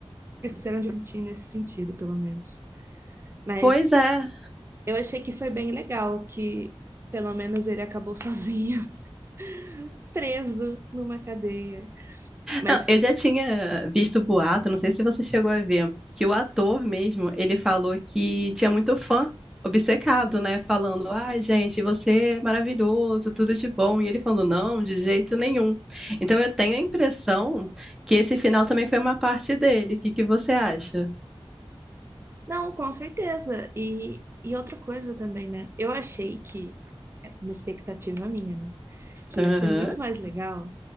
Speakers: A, on the right (about 25°); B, in the centre.
A: esqueceram de sentir nesse sentido, pelo menos. Mas
B: Pois é.
A: eu achei que foi bem legal que pelo menos ele acabou sozinho, <laughs> preso numa cadeia. Mas
B: Não, eu já tinha visto boato, não sei se você chegou a ver, que o ator mesmo, ele falou que tinha muito fã obcecado, né? Falando, ai, gente, você é maravilhoso, tudo de bom. E ele falando, não, de jeito nenhum. Então eu tenho a impressão que esse final também foi uma parte dele. O que que você acha?
A: não, com certeza. E, e outra coisa também, né? Eu achei que, é uma expectativa minha, né? que
B: Aham.
A: ia ser muito mais legal